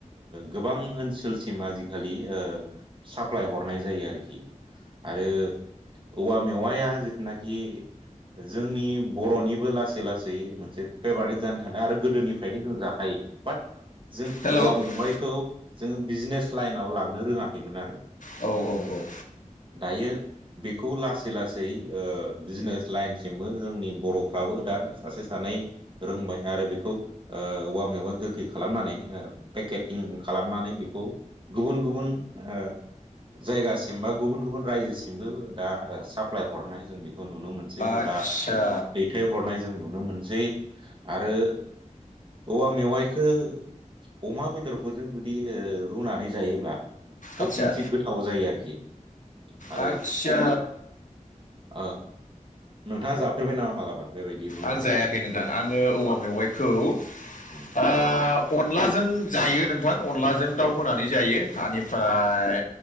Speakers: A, on the right; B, on the left.
A: गोबां ओनसोलसिम आजिखालि साप्लााय हरनाय जायो जायो आरोखि। आरो औवा मेवाया जिथुनाखि जोंनि बर'निबो लासै लासै मोनसे फेभारेट जानो थादों। आरो गोदोनिफ्रायनो जों जाखायो। बाट जों
B: हेल'
A: औवा
B: औ
A: मेवाइखौ जोंङो बिजनेस लाइनाव लांनो रोङाखैमोन आरो।
B: औ औ औ
A: दायो बेखौ लासै लासै ओ बिजनेस लाइनसिमबो जोंनि बर'फ्राबो दा सासे सानै रोंबाय आरो बेखौ ओ औवा मेवाय गोखै खालामनानै ओ पेखेटिं खालामनानै नानै बेखौ गुबुन गुबुन ओ जायगासिम बा गुबुन गुबुन रज्योसिम मबो दा साप्लााय हरनाय जों बे खौ नुनो मोनसै एबा
B: आदसा
A: दैथायहरनाय जों नुनो मोनसै जै आरो औवा मेवाइ खो अमा बेदरफोरजों जुदि ओ रुनानै जायोब्ला खोब
B: आदसा
A: मोनसे गोथाव जायो आरोखि। आरो
B: आदसा
A: खोब ओ नोंथाङा जाफेरबाय नामा मालाबा? बेबायदि रुनानै?
B: आं जायाखै नोंथां आङो औवा मेवाइखौ ओ
A: उम
B: अनलाजों जायो नों थां अनलाजों दाउ होनानै जायो एनिफ्राय
A: औ